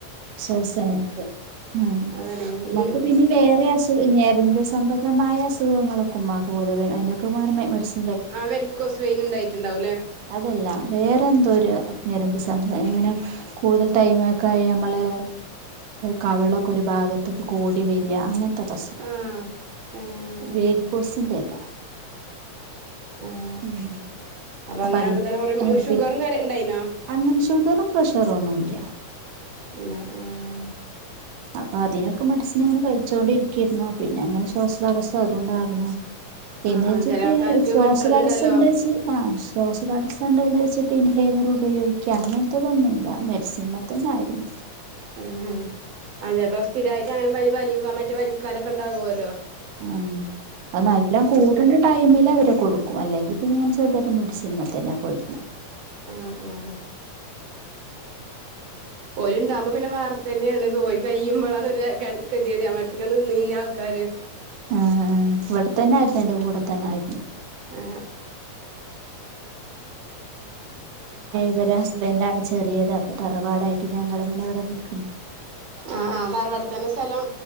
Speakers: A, on the right; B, on the right.
A: ശ്വാസം മുട്ട് ആ
B: അതാണ്
A: ഇമ്മക്ക്
B: ഈ
A: പിന്നി വേറിം അസുഖ ഞരമ്പസു സംബന്ധമായ അസുഖങ്ങളൊക്കെ ഉമ്മാക്കു പൊതുവേ അയ്‌നൊക്കെ ഉമാനെ മ മെഡിസി
B: ആ വെരിക്കോസ് വെയിന് ഉണ്ടായിട്ടുണ്ടാവുംല്ലേ
A: അതല്ല വേറെ എന്തോ ഒരു ഞരുമ്പ് സംഭ ഇങ്ങനെ കൂടുതൽ ടൈമൊക്കെ നമ്മളെ കവിളൊക്കെ ഒരു ഭാഗത്തേക്ക് കോടി വര അങ്ങൻ ത്തൊരസുഖം
B: ആഹ് ഏഹ്
A: വേരിക്കോസിന്റെ അല്ല
B: ആ
A: ഉം
B: അപ്പൊ അങ്ങനെ
A: അതിന്
B: ആവുമ്പതന്നെ ഷുഗറും
A: പി
B: കാര്യ <unintelligible>
A: അങ്ങനെ ഷുഗറും പ്രഷറും ഒന്നുംല്ല
B: പിനെ ഏഹ്
A: അപ്പൊ അതിനൊ ക്കെ മെഡിസിൻ ഇങ്ങനെ കഴിച്ചോണ്ടിരിക്കേ ര്ന്നു പിന്നെ ഇങ്ങനെ ശ്വാസം തടസ്സം അതുണ്ടായിരുന്നു എന്ന്
B: ആഹ്
A: വെച്ചിട്ട്
B: ആഹ് ചില ആൾക്കാർക്ക്
A: ശ്വാസതടസ്സം
B: പെട്ടെന്നുണ്ടല്ലോ
A: ഉണ്ട് വെച്ച് ആ ശ്വാസതടസ്സം ഉണ്ടന്ന് വെച്ച് ട്ട് ഇൻഹേലർ ഉപയോഗിക്യാ അങ്ങൻത്തതൊന്നുല്ല മെഡി സിമത്തന്നെ ആയിരുന്നു
B: ഉം ആ ചൽപ്പോ സ്ഥിരായിട്ട് അങ്ങനെ വലി വോ മറ്റേ വലിക്കാനൊക്കെ ഉണ്ടാവുവോല്ലോ
A: ആഹ് അത് നല്ലോം കൂടണ
B: മുട്ട്
A: ടൈമിൽ അവരെ കൊടുക്കും അല്ലെങ്കിൽ പിന്നെ ഇങ്ങനെ ചെറുതായിട്ട് മെഡി സിൻമതന്നാ പോയിരുന്നെ
B: ആഹ് ആഹ് ഓല്ല് ഉണ്ടാകുമ്പോ പിന്നെ വേറെത്തതന്നേണ് പോയി കഴിയുമ്പളാണ് ഒരു കെതിയട് നമ്മളട്ത് ങ്ങനെ നിന്നിന്യ ആൾക്കാര്
A: ആഹ് ഇവിടെ തന്നായിരുന്നു എന്റെ കൂടെ തന്നെ ആയിരുന്നു
B: ആ
A: ഇവര് ഹസ്ബൻഡാണ് ചെറിയത് അപ്പൊ തറവാടായിട്ട് ഞങ്ങളിങ്ങനെ ഇവിടെ നിക്കും
B: ആഹ് ആ തറവാടത്ത് തന്നെ സ്ഥലം